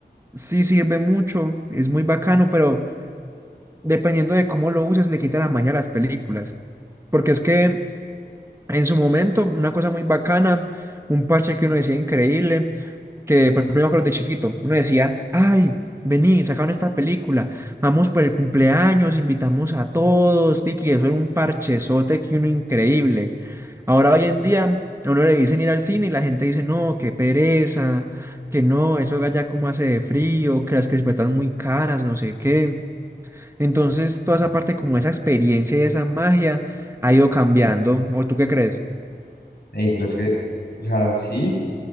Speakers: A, on the right (about 15°); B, on the left (about 70°).
A: sí sirve mucho, es muy bacano, pero dependiendo de cómo lo uses, le quita la magia a las películas. Porque es que en su momento, una cosa muy bacana, un parche que uno decía increíble, que por ejemplo, yo me acuerdo de chiquito, uno decía, ay, vení, sacaron esta película, vamos por el cumpleaños, invitamos a todos, tiki, eso era un parchezote que uno increíble. Ahora hoy en día, a uno le dicen ir al cine y la gente dice, no, qué pereza, que no, eso allá como hace de frío, que las crispetas muy caras, no sé qué. Entonces, toda esa parte como esa experiencia y esa magia ha ido cambiando, ¿o tú qué crees?
B: Ey, pero es que, o sea, sí,